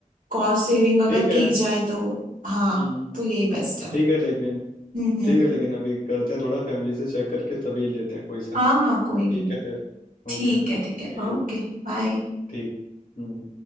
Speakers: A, on the right (about 75°); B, on the left (about 75°).
A: कॉस्ट सेविंग अगर
B: ठीक है
A: की जाए तो हाँ
B: हम्म
A: तो यही बेस्ट है
B: ठीक है लेकिन
A: हम्म हम्म
B: ठीक है लेकिन अभी करते हैं थोड़ा फैमिली से चेक करके तभी लेते हैं कोई सा
A: हाँ हाँ कोई नहीं
B: ठीक है फिर
A: ठीक
B: ओके
A: है ठीक है
B: ठीक
A: ओके बाय
B: ठीक हम्म